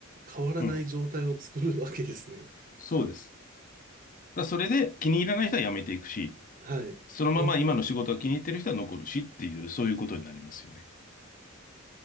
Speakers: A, on the right; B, on the left.
A: 変わらない状態を作るわけですね。
B: うん。そうです。だからそれで気に入らない人は辞めていくし、
A: はい。
B: そのまま今の仕事が気に入ってる人は残るしっていう、
A: うん、
B: そういうことになりますよね。